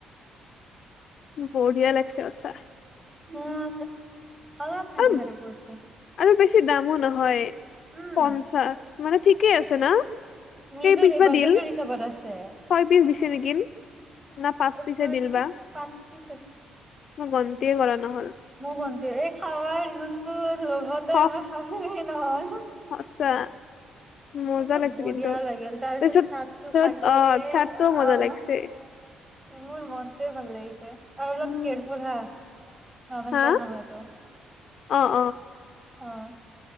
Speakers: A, on the left; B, on the right.
A: বঢ়িয়া লাগিছে সচাঁ।
B: মোৰ অলপ মান
A: আৰু
B: জিভাটো পূৰিছে।
A: আৰু বেছি দামো নহয়
B: উম,
A: পঞ্চাশ মানে ঠিকেই আছে না?
B: নিজৰ
A: কেই পিচ বা
B: বাজেটৰ
A: দিল
B: হিচাপত আছে।
A: ছয় পিচ দিছে নেকি? না পাঁচ পিচে
B: ছয়
A: দিল
B: পিচ
A: বা
B: নে পাঁচ পিচ
A: মই গন্তিয়ে কৰা নহ'ল।
B: ময়ো গন্তি এই খাৱাৰ যোনটো লোভতে
A: সখ
B: আমি খাবলে নহয়।
A: সঁচা।
B: <inaudible>
A: মজা
B: কিন্তু
A: লাগিছে
B: বঢ়িয়া লাগিল তাৰ পিছত
A: তাৰপিছত
B: চাটটো
A: তাৰপিছত
B: খালো
A: অ
B: এ
A: চাটটো
B: ৰাম।
A: মজা লাগিছে
B: মোৰ মনটোৱে ভাল লাগিছে আৰু অলপ
A: উম
B: কেয়াৰফুল হা নৰ্মেল
A: হা
B: কল নহয় এইটো।
A: অ', অ'।
B: অ'।